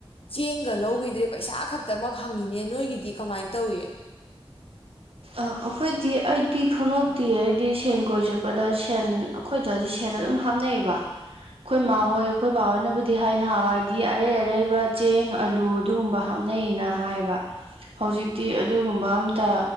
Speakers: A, on the left; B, on the right.
A: ꯆꯦꯡꯒ ꯂꯧꯈꯤꯗ꯭ꯔꯦ ꯄꯩꯁꯥ ꯈꯛꯇꯃꯛ ꯍꯪꯉꯤꯅꯦ ꯅꯣꯏꯒꯤꯗꯤ ꯀꯃꯥꯏꯅ ꯇꯧꯏ
B: ꯑꯩꯈꯣꯏꯗꯤ ꯑꯩꯗꯤ ꯈꯉꯛꯇꯦ ꯍꯥꯏꯗꯤ ꯁꯦꯟ ꯀꯣꯏ ꯆꯠꯄꯗ ꯁꯦꯟ ꯑꯩꯈꯣꯏꯗꯗꯤ ꯁꯦꯟ ꯑꯗꯨꯝ ꯍꯥꯞꯅꯩꯑꯕ ꯑꯩꯈꯣꯏ ꯏ ꯃꯥꯍꯣꯏ ꯑꯩꯈꯣꯏ ꯕꯥꯍꯣꯏꯅꯕꯨꯗꯤ ꯍꯥꯏꯅ ꯍꯥꯎꯏ ꯍꯥꯏꯕꯗꯤ ꯑꯔꯩ ꯑꯔꯩꯕ ꯆꯦꯡ ꯑꯂꯨ ꯑꯗꯨꯒꯨꯝꯕ ꯍꯥꯞꯅꯩꯅ ꯍꯥꯏꯕ ꯍꯧꯖꯤꯛꯇꯤ ꯑꯗꯨꯒꯨꯝꯕ ꯑꯝ ꯇ